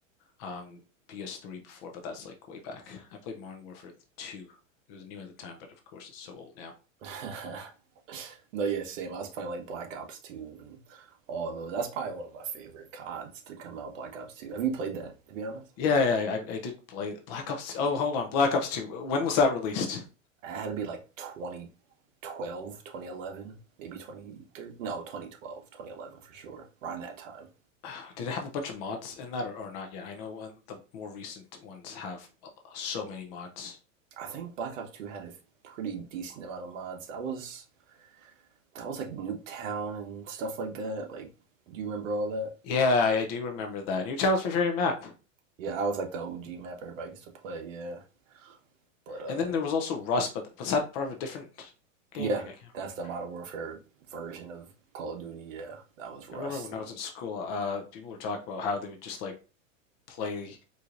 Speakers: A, on the left; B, on the right.
A: um, PS3 before, but that's like way back. I played Modern Warfare 2. It was new at the time, but of course it's so old now.
B: <laughs> No, yeah, same. I was playing like Black Ops 2 and all those. That's probably one of my favorite CODs to come out, Black Ops 2. Have you played that, to be honest?
A: Yeah, yeah, I, I did play Black Ops. Oh, hold on, Black Ops 2. When was that released?
B: I had to be like twenty, twelve, twenty eleven, maybe 2013. No, 2012, 2011 for sure, around that time.
A: <sighs> Did it have a bunch of mods in that or, or not yet? I know one, the more recent ones have so many mods.
B: I think Black Ops 2 had a pretty decent amount of mods. That was that was like Nuketown and stuff like that. Like, do you remember all that?
A: Yeah, I do remember that. Newtown was my favorite map.
B: Yeah, I was like the OG map everybody used to play, yeah. But uh
A: And then there was also Rust, but was that part of a different game?
B: Yeah,
A: Like, I can't
B: that's
A: remember.
B: the Modern Warfare version of Call of Duty. Yeah, that was Rust.
A: I remember when
B: And
A: I was in school, uh, people were talking about how they would just like play